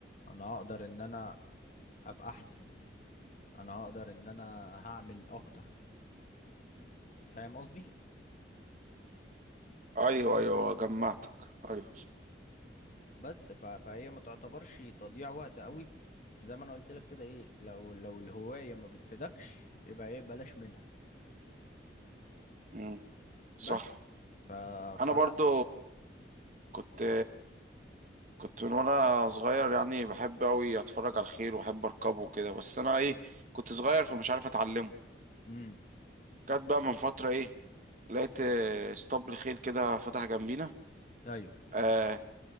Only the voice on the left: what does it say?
انا هقدر ان انا ابقى احسن انا هقدر ان انا هعمل اكتر فاهم قصدي
بس ف... فهي ما تعتبرش تضييع وقت قوي زي ما انا قلت لك كده ايه لو لو الهواية ما بتفيدكش يبقى ايه بلاش منها
بس ف...
فلا
مم.
ايوه